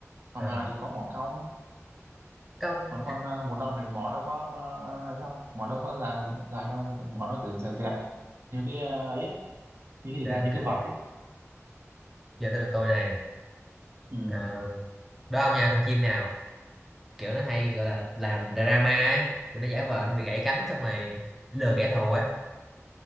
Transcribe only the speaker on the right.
còn
hà thì có mỏ cong
còn con ờ, bùn ong thì mỏ đâu có, có ờ, ấy đâu mỏ đâu có dài dài đâu mỏ nó cứ dẹt dẹt như cái ờ, ấy á như cái gì
ra như cái
vạt ấy
ừ